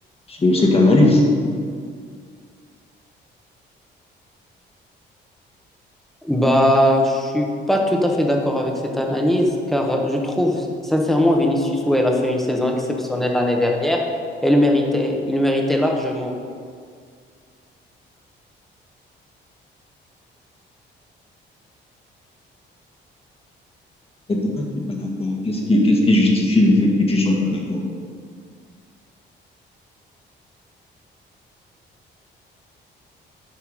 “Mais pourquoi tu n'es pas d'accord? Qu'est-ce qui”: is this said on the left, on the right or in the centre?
Left